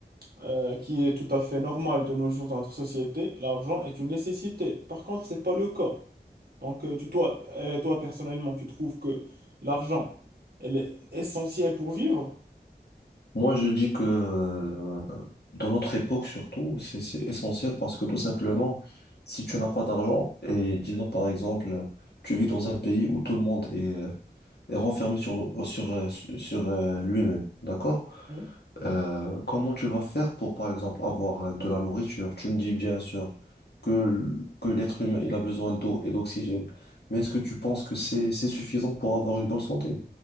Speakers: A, on the right; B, on the left.
A: euh, qui est tout à fait normale de nos jours dans notre société, l'argent est une nécessité. Par contre, c'est pas le cas. Donc, euh, tu, toi, euh, toi, personnellement, tu trouves que l'argent, elle est essentielle pour vivre?
B: Moi, je dis que euh, dans notre époque surtout, c'est c'est essentiel parce que tout simplement, si tu n'as pas d'argent et disons par exemple, tu vis dans un pays où tout le monde est, euh, est renfermé sur, le- sur, euh, sur euh, lui-même, d'accord?
A: Oui.
B: Euh, comment tu vas faire pour, par exemple, avoir euh, de la nourriture? Tu me dis bien sûr que, l- que l'être humain, il a besoin d'eau et d'oxygène. Mais est-ce que tu penses que c'est, c'est suffisant pour avoir une bonne santé?